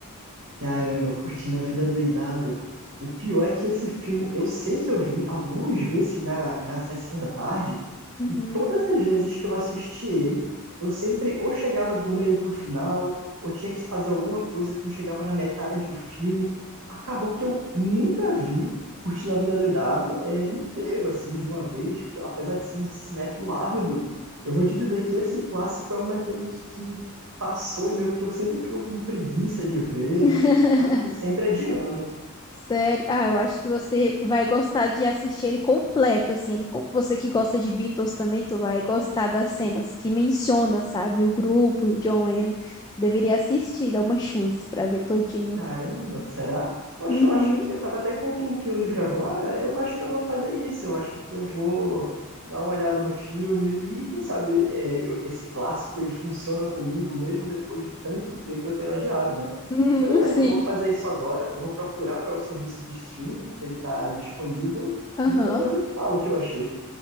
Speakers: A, on the right; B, on the left.
A: Caramba, curtindo a vida doidado. O pior é que esse filme, eu sei que eu vi algumas vezes na, na sessão da tarde,
B: Uhum.
A: e todas as vezes que eu assisti ele, eu sempre ou chegava do meio pro final, ou tinha que fazer alguma coisa quando chegava na metade do filme. Acabou que eu nunca vi Curtindo a Vida Doidado é, inteiro, assim, de uma vez, Pô, apesar de ser um cinéfilo ávido. Eu vou te dizer que esse clássico é um daqueles que passou e meio que eu sempre fico com preguiça de ver
B: <laughs>
A: Acabo sempre adiando.
B: Sério? Ah, eu acho que você vai gostar de assistir ele completo, assim. Ele, com- você que gosta de Beatles também, tu vai gostar das cenas que menciona, sabe? O grupo, o John Lennon. Deveria assistir, dar uma chance pra ver todinho.
A: Caramba, será? Poxa,
B: Uhum.
A: eu acho que eu tava até com um tempinho livre agora. Eu acho que eu vou fazer isso. Eu acho que eu vou dar uma olhada no filme e quem sabe é, eu- esse clássico ele funciona comigo mesmo depois de tanto tempo eu tendo adiado, né?
B: Uhum,
A: Beleza,
B: <laughs> sim.
A: eu vou fazer isso agora. Eu vou procurar qual é o serviço de stream que ele tá disponível
B: Aham.
A: e depois eu te falo o que eu achei.